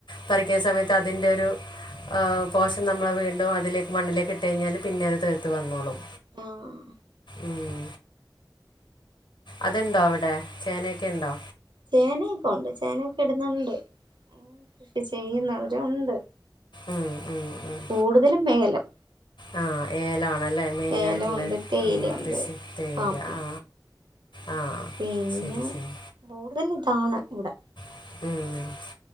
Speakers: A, on the left; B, on the right.
A: പറിക്കുന്ന സമയത്ത് അതിൻ്റെ ഒരു പോഷൻ നമ്മൾ വീണ്ടും അതിലേക്ക് മണ്ണിലേക്ക് ഇട്ട കഴിഞ്ഞാൽ പിന്നെ അത് തെളിർത്ത് വന്നോളും
B: ആം...
A: ഉം. അതുണ്ടോ അവിടെ ചേനയൊക്കെ ഉണ്ടോ
B: ചേനയൊക്കെ ഉണ്ട് ചേനൊക്കെ ഇടുന്നുണ്ട് കൃഷി ചെയ്യുന്നവരുണ്ട്
A: ഉം, ഉം, ഉം.
B: കൂടുതലും ഏലം
A: ആ ഏലാണ് ണല്ലേ മെയിനായിട്ടുള്ള
B: ഏലമുണ്ട് തേയിലയുണ്ട്
A: കൃഷി തേയില
B: കാപ്പി
A: ആ ആ
B: പിന്നെ
A: ശരി ശരി
B: കൂടുതൽ ഇതാണ് ഇവിടെ
A: ഉം